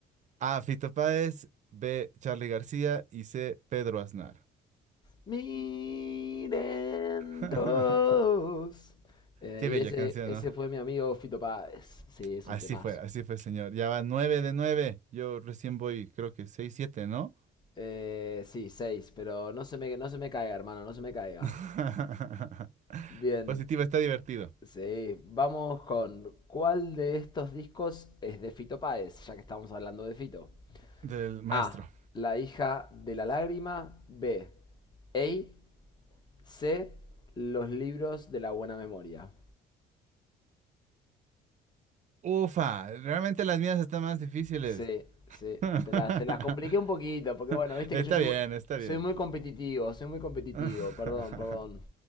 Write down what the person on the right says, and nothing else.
A. Fito Páez, B. Charly García y C. Pedro Aznar.
<laughs>
Qué bella
canción,
¿no?
Así
fue, así fue, señor. Ya va nueve de nueve. Yo recién voy, creo que seis, siete, ¿no?
<laughs>
Positivo, está divertido.
Del maestro.
Ufa, realmente las mías están más difíciles.
<laughs>
Está
bien,
está
bien.
<laughs>